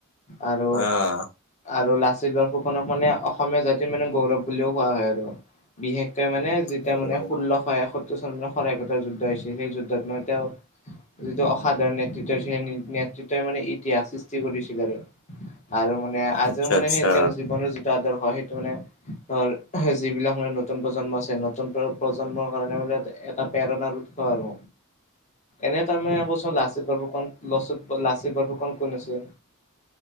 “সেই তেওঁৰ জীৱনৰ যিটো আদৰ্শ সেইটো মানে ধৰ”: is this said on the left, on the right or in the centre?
Left